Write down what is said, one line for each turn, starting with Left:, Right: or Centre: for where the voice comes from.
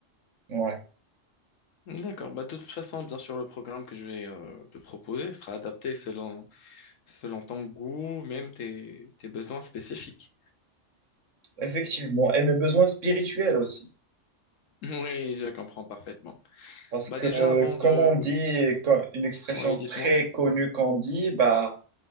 Right: Ouais,
Left: D'accord. Bah, de toute façon, bien sûr, le programme que je vais euh, te proposer sera adapté selon, selon ton goût, même tes, tes besoins spécifiques.
Right: effectivement. Et mes besoins spirituels aussi.
Left: <laughs> Oui, je comprends parfaitement.
Right: Parce
Left: Bah
Right: que,
Left: déjà, avant de...
Right: comme on dit, co- une expression
Left: Oui, dites-moi.
Right: très connue qu'on dit, bah,